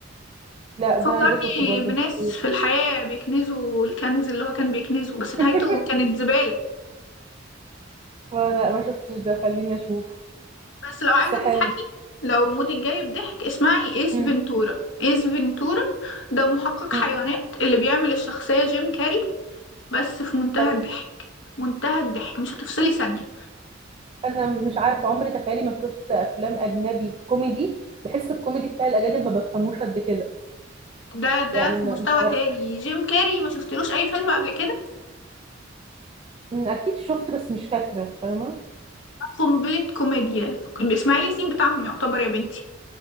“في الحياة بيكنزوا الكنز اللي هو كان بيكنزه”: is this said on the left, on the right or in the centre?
Left